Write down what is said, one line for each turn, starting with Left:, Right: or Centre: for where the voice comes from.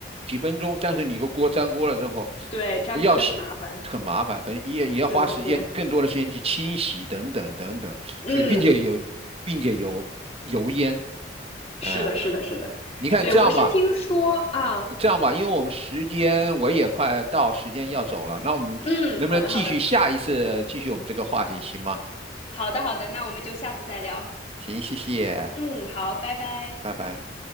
Right: 几分钟，但是你个锅粘锅了之后，
Left: 对，粘锅就很麻烦，
Right: 要洗很麻烦，可能也也要花时间，
Left: 是的是的，
Right: 更多的时间去清洗等等等等。
Left: 嗯。
Right: 所以并且有并且有油烟，
Left: 是的，
Right: 呃，
Left: 是的，是的，
Right: 你看这样吧。
Left: 对，我是听说啊，
Right: 这样吧，因为我们时间我也快到时间要走了，那我们能不能继续下一次继续我们这个话题，
Left: 嗯，好的，好的，
Right: 行吗？
Left: 好的，好的，那我们就下次再聊，
Right: 行，谢谢，
Left: 嗯，好，拜拜。
Right: 拜拜。